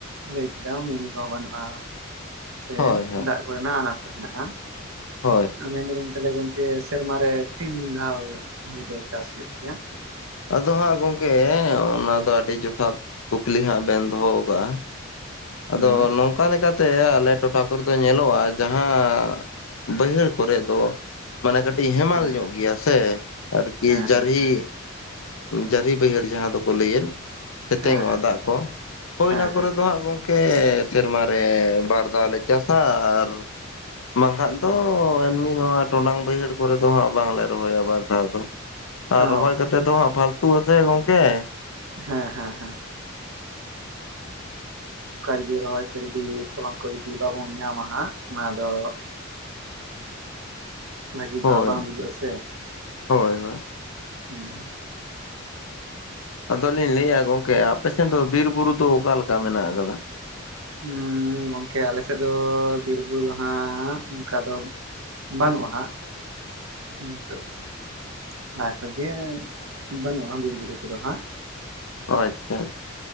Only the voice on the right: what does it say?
ᱞᱟᱹᱭ ᱠᱮᱫᱟ ᱢᱤᱱᱤ ᱠᱚᱦᱚᱸ ᱵᱟᱹᱱᱩᱜᱼᱟ ᱥᱮ
ᱫᱟᱜ ᱠᱚᱨᱮᱱᱟᱜ ᱟᱱᱟᱴ ᱠᱚ ᱦᱮᱱᱟᱜᱼᱟ?
ᱢᱮᱱᱫᱟ ᱞᱤᱧ ᱛᱟᱦᱚᱞᱮ ᱜᱚᱝᱠᱮ ᱥᱮᱨᱢᱟ ᱨᱮ ᱛᱤᱱ ᱫᱷᱟᱣ ᱦᱩᱲᱩ ᱫᱚ ᱪᱟᱥ ᱦᱩᱭᱩᱜ ᱜᱮᱭᱟ?
ᱦᱩᱸ
ᱦᱮᱸ
ᱦᱮᱸ
ᱦᱮᱸ
ᱦᱮᱸ ᱦᱮᱸ
ᱦᱮᱸ
ᱦᱮᱸ
ᱦᱮᱸ
ᱦᱮᱸ
ᱦᱮᱸ
ᱦᱮᱸ
ᱚ
ᱦᱮᱸ ᱦᱮᱸ ᱦᱮᱸ ᱾ ᱚᱝᱠᱟ ᱡᱩᱫᱤ ᱨᱚᱦᱚᱭ ᱠᱟᱛᱮᱫ ᱡᱩᱫᱤ ᱯᱷᱚᱞᱚᱱ ᱠᱚ ᱡᱩᱫᱤ ᱵᱟᱵᱚᱱ ᱧᱟᱢᱟ ᱦᱟᱸᱜ, ᱚᱱᱟ ᱫᱚ <unintelligible> ᱵᱷᱟᱹᱜᱤ
ᱫᱚ ᱦᱟᱸᱜ ᱵᱟᱝ ᱵᱩᱡᱩᱜᱼᱟ ᱥᱮ,
ᱦᱩᱸ ᱾
ᱦᱩᱸᱻ ᱜᱚᱝᱠᱮ ᱟᱞᱮ ᱥᱮᱫ ᱫᱚ ᱵᱤᱨᱵᱩᱨᱩ ᱫᱚ ᱦᱟᱸᱜ ᱚᱝᱠᱟ ᱫᱚ ᱵᱟᱹᱱᱩᱜᱼᱟ ᱦᱟᱸᱜ, ᱦᱤᱛᱚᱜ ᱾ ᱞᱟᱦᱟ ᱠᱷᱚᱡ ᱜᱮ ᱵᱟᱹᱱᱩᱜᱼᱟ ᱵᱤᱨ ᱵᱩᱨᱩ ᱠᱚᱫᱚ ᱦᱟᱸᱜ ᱾